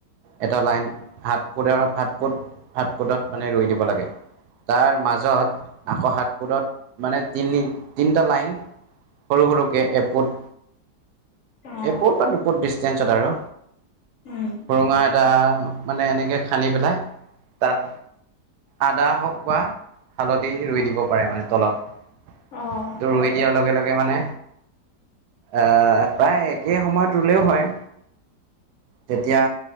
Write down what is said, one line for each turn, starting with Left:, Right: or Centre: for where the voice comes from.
Right: এটা লাইন হাত ফুৰাত ফুটাত ফুটত মানে ৰুই দিব লাগে তাৰ মাজত আকৌ সাত মোৰত মানে তিনি তিনিটা লাইন সৰু সৰুকে এপট
Left: অ
Right: এপট বা দুপুট ডিষ্টেঞ্চত আৰু
Left: উম
Right: সুৰুঙা এটা মানে এনেকে খান্দি পেলাই তাত আদা হওক বা হালধি ৰুই দিব পাৰে মানে তলত-
Left: অ',
Right: এটো ৰুই দিয়াৰ লগে লগে মানে আহ প্ৰায় একে সময়তলেও হয়।
Left: <unintelligible>
Right: তেতিয়া